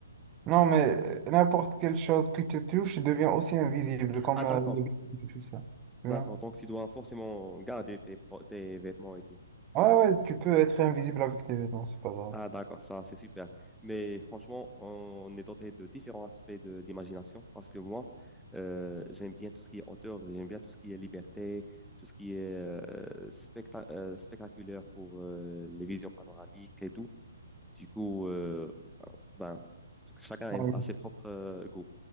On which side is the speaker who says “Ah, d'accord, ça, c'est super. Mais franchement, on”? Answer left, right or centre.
Centre